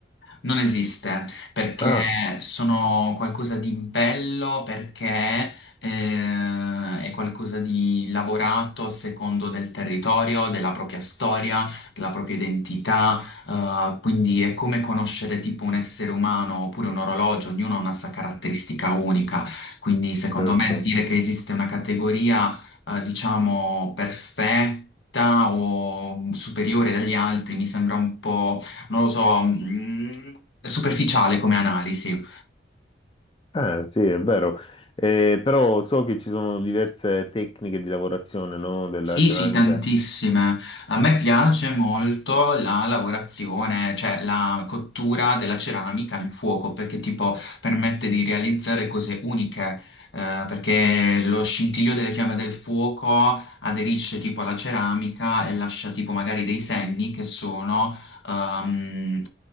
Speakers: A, on the left; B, on the left.
A: Non esiste perché
B: Ah,
A: sono qualcosa di bello, perché eh, è qualcosa di lavorato a secondo del territorio, della propria storia, della propria identità, eh, quindi è come conoscere tipo un essere umano oppure un orologio, ognuno ha una sua caratteristica unica, quindi secondo
B: certo.
A: me dire che esiste una categoria eh, diciamo perfetta o superiore agli altri mi sembra un po' non lo so, mh, superficiale come analisi.
B: Ah, sì, è vero. Eh, però so che ci sono diverse tecniche di lavorazione, no, della
A: Sì,
B: ceramica.
A: sì, tantissime. A me piace molto la lavorazione, cioè la cottura della ceramica in fuoco, perché tipo permette di realizzare cose uniche, eh, perché lo scintillio delle fiamme del fuoco aderisce tipo alla ceramica e lascia tipo magari dei segni che sono ehm,